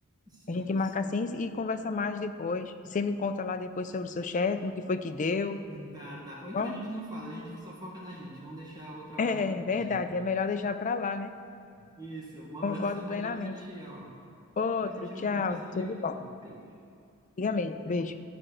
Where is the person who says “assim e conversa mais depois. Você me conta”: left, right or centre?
Left